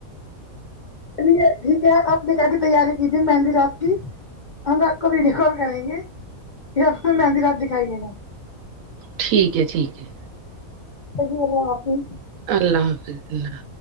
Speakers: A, on the left; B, on the right.
A: چلیے ٹھیک ہے آپ نکاح کی تیاری کیجئے مہندی رات کی ہم رات کو ویڈیو کال کریں گے پھر مہندی رات دکھائیے گے
B: ٹھیک ہے ٹھیک ہے
A: چلیے اللہ حافظ
B: اللہ حافظ اللہ